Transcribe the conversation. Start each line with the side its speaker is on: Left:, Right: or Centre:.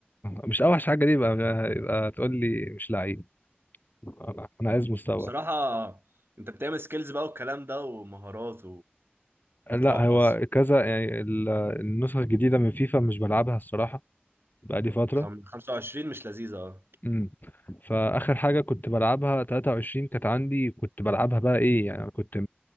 Left: مش اوحش حاجه دي يبقى يبقى تقول لي مش لعيب انا أنا عايز مستوى
Right: بصراحه انت بتعمل سكيلز بقى والكلام ده ومهارات
Left: لا
Right: وبترقص
Left: هو كذا يعني ال- النسخ الجديده من فيفا مش بلعبها الصراحه بقالي فتره
Right: خم- 25 مش لذيذه اه
Left: امم فاخر حاجه كنت بلعبها 23 كانت عندي كنت بلعبها بقى ايه يعني كنت